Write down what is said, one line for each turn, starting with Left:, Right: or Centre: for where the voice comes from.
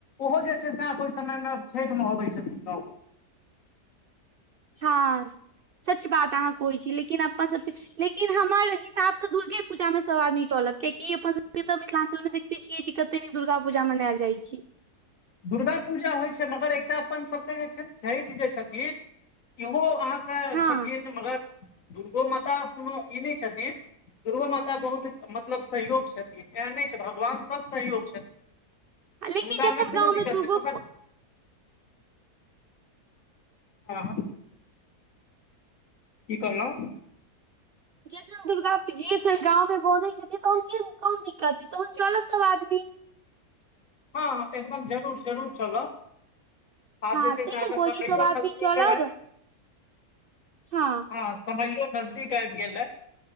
Left: ओहो जे छै से ओहि समय मे छठिमे अबै छथिन
Right: हँ सच बात अहाँ कोहो छी लेकिन अपन सब लेकिन हमर हिसाब से दुर्गे पूजा मे सब आदमी चलक कियाकि अपन सबके तऽ मिथिलाञ्चलमे देखिते छियै कि कते दिन दुर्गा पूजा मनायल जाइ छै
Left: दुर्गा पूजा होइ छै मगर एकटा अपन सबके जे छै छैेठ जे छथिन इहो अहाँ <unintelligible>
Right: हँ
Left: छथिन मगर दुर्गो माता कोनो ई नहि छथिन दुर्गो माता बहुत मतलब सहयोग छथिन एहन नहि छै भगवान सब सहयोग
Right: लेकिन
Left: हुनकामे
Right: जखन
Left: कोनो
Right: गाँवमें
Left: दिक्कत
Right: दुर्गो
Left: नहि मगर हँ, की करलहु
Right: जखन दुर्गा जी एखन गाँवमे बनैत छथिन तहन कोन दिक्कत छै तहन चलब सभ आदमी
Left: हँ एकदम जरूर जरूर चलू आब
Right: हँ
Left: जे
Right: ते
Left: छै
Right: ने
Left: से अहाँके
Right: कहै
Left: साइयओ
Right: छी सब आदमी
Left: नजदीक
Right: चलब
Left: हइ
Right: हँ
Left: हँ समझयो नजदीक आब गेल